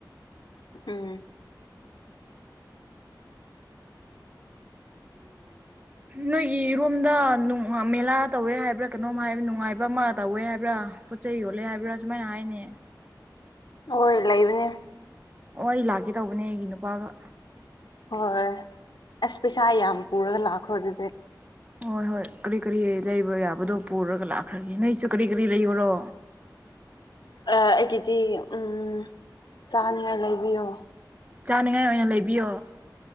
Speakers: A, on the left; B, on the right.
A: ꯎꯝ
B: ꯅꯣꯏꯒꯤ ꯔꯣꯝꯗ ꯃꯦꯂꯥ ꯇꯧꯋꯦ ꯍꯥꯏꯕ꯭ꯔꯥ ꯀꯩꯅꯣꯝ ꯍꯥꯏꯕ ꯅꯨꯡꯉꯥꯏꯕ ꯑꯃ ꯇꯧꯋꯦ ꯍꯥꯏꯕ꯭ꯔꯥ ꯄꯣꯠ ꯆꯩ ꯌꯣꯜꯂꯦ ꯍꯥꯏꯕ꯭ꯔꯥ ꯁꯨꯃꯥꯏꯅ ꯍꯥꯏꯅꯦ
A: ꯍꯣꯏ ꯂꯩꯕꯅꯦ
B: ꯑꯣ ꯑꯩ ꯂꯥꯛꯀꯦ ꯇꯧꯕꯅꯦ ꯑꯩꯒꯤ ꯅꯨꯄꯥꯒ
A: ꯍꯣꯏꯏ ꯑꯁ ꯄꯩꯁꯥ ꯌꯥꯝ ꯄꯨꯔꯒ ꯂꯥꯛꯈ꯭ꯔꯣ ꯑꯗꯨꯗꯤ
B: ꯍꯣꯏ ꯍꯣꯏ ꯀꯔꯤ ꯀꯔꯤ ꯂꯩꯕ ꯌꯥꯕꯗꯣ ꯄꯨꯔꯒ ꯂꯥꯛꯈ꯭ꯔꯒꯦ ꯅꯣꯏꯁꯨ ꯀꯔꯤ ꯀꯔꯤ ꯂꯩꯑꯣꯔꯣ
A: ꯑꯥ ꯑꯩꯒꯤꯗꯤ ꯎꯝꯝ ꯆꯥꯅꯤꯉꯥꯏ ꯂꯩꯕꯤꯌꯣ
B: ꯆꯥꯅꯤꯡꯉꯥꯏ ꯑꯣꯏꯅ ꯂꯩꯕꯤꯌꯣ